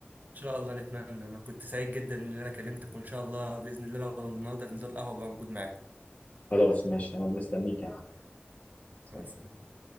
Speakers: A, on the right; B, on the left.
A: شاء الله نتمنى انا كنت سعيد جدا ان انا كلمتك وان شاء الله باذن الله لو النهارده هننزل القهوه بقى موجود معاكم
B: خلاص ماشي أنا مستنيك يا عم سلام.
A: بس